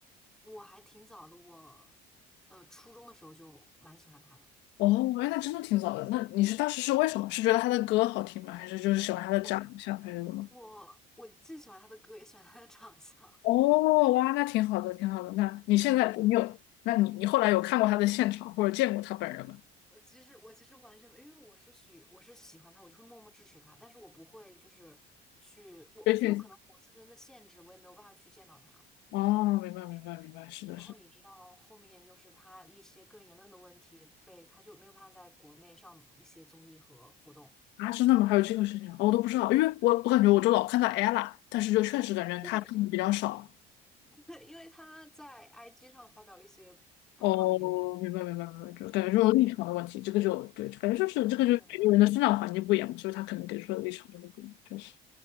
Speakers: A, in the centre; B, on the left (about 70°).
A: 我还挺早的，我呃初中的时候就蛮喜欢他的。
B: 哦，哎，那真的挺早的。那你是当时是为什么？是觉得他的歌好听吗？还是就是喜欢他的长相，
A: 我
B: 还是怎么？
A: 我我既喜欢他的歌，也喜欢他的长相。
B: 哦，哇，那挺好的，挺好的。那你现在你有，那你你后来有看过他的现场或者见过他本人吗？
A: 我其实我其实完全没，因为我是喜我是喜欢他，我就会默默支持他，但是我不会就是去我，
B: 微信。
A: 因为我可能我自身的限制，我也没有办法去见到他。
B: 哦，明白，明白，明白，是的，
A: 然后你知道后面又是他一些个人言论的问题被，
B: 是的。
A: 他就没有办法在国内上一些综艺和活动，
B: 啊，真的吗？还有这个事情啊哦我都不知道，因为我我感觉我就老看到 ella，但是就确实感觉他看的比较少。
A: 对，<laughs> 对，因为他在 IG 上发表了一些不太好的言论。
B: 哦，明白，明白，明白，就感觉这种立场的问题，这个就对，感觉就是这个就是每个人的生长环境不一样嘛，
A: 对，
B: 所以他可能给出的立场就会不一样，确实。